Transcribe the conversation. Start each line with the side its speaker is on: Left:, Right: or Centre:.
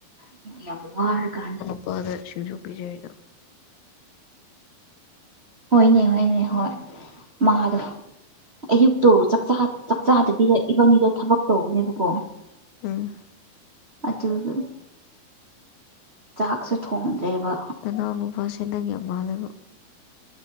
Right: ꯌꯥꯝ ꯋꯥꯔ ꯀꯥꯟꯅ
Left: ꯑ ꯑ ꯑꯗꯨ ꯁꯨꯖ ꯆꯩ ꯍꯥꯏꯣ
Right: ꯍꯣꯏꯅꯦ ꯍꯣꯏꯅꯦ ꯍꯣꯏ ꯃꯥꯗꯣ ꯑꯌꯨꯛ ꯇꯣ ꯆꯥꯛꯆꯥ ꯆꯥꯛꯆꯥꯗꯕꯤꯗ ꯏꯕꯥꯏꯅꯤꯗꯣ ꯊꯕꯛ ꯇꯧꯕꯅꯦꯕꯀꯣ
Left: ꯎꯝ
Right: ꯑꯗꯨꯒ ꯆꯥꯛꯁꯨ ꯊꯣꯡꯗ꯭ꯔꯦꯕ
Left: ꯑꯅꯥꯎ ꯅꯨꯄꯥꯁꯦꯟꯗꯒꯤ ꯑꯃꯥ ꯂꯩꯕ